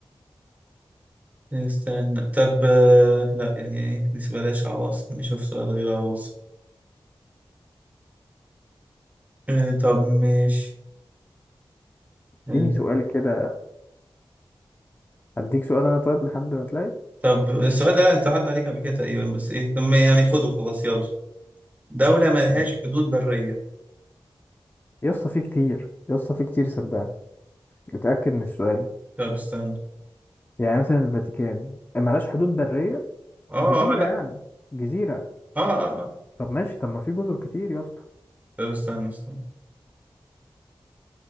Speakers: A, on the right; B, on the left.
A: استنى طب آه لا يعني ايه بلاش عواصم نشوف سؤال غير عواصم آه طب ماشي آه
B: اديني سؤال كده هديك سؤال أنا طيب لحد ما تلاقي
A: طب السؤال ده لا انت عدى عليك قبل كده تقريبا بس ايه طب ما يعني خده خلاص يلا دولة ملهاش
B: ماشي
A: حدود برية
B: يا اسطى في كتير يا اسطى في كتير صدقني اتأكد من السؤال
A: طب استنى
B: يعني مثلا الفاتيكان ملهاش حدود برية
A: اه
B: جزيرة
A: اه لا
B: يعني جزيرة
A: اه اه اه
B: طب ماشي طب ما في جزر كتير يا اسطى
A: طب استنى استنى